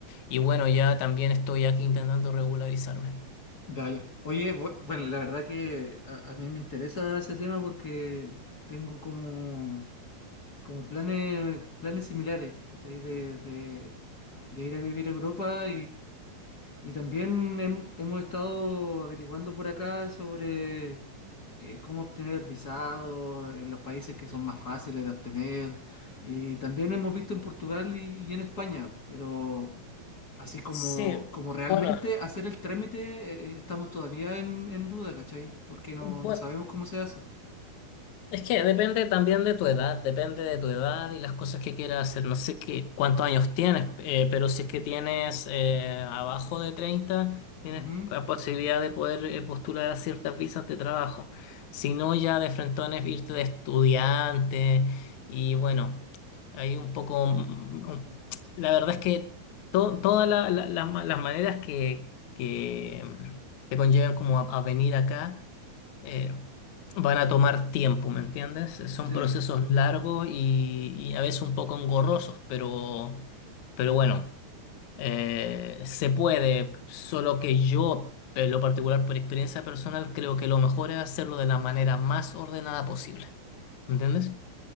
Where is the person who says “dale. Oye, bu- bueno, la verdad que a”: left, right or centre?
Left